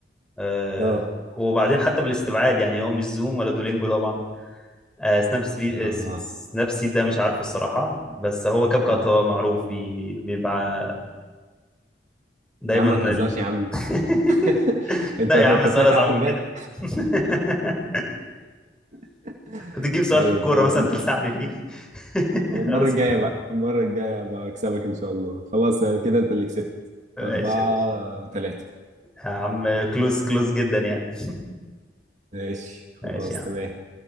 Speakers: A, in the centre; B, on the right.
A: آه،
B: اه
A: وبعدين حتى بالاستبعاد يعني هو مش زوم ولا دولينجو طبعا آه، سناب سبي...
B: اه
A: آه، س- سناب سيد ده مش عارفه الصراحه بس هو كاب كات
B: اه
A: هو معروف بي... بي... بيبقى دايما
B: يا عم ما تهزرش
A: ال...
B: يا عم
A: <laughs>
B: <laughs> انت
A: لا
B: انت
A: يا عم سؤال
B: طلعت
A: اصعب
B: عارفه
A: من
B: بجد
A: كده <laughs>
B: <laughs>
A: كنت تجيب سؤال
B: طيب
A: في الكوره
B: خلاص
A: مثلا
B: انت
A: تلسعني فيه <laughs>
B: المرة
A: خلاص
B: الجاية
A: كده
B: بقى المرة الجاية بقى اكسبك ان شاء الله خلاص يعني كده انت اللي كسبت
A: ماشي
B: أربعة
A: يا باشا
B: تلاتة
A: يا عم كلوز كلوز جدا يعني
B: ماشي
A: ماشي
B: خلاص
A: يا عم
B: تمام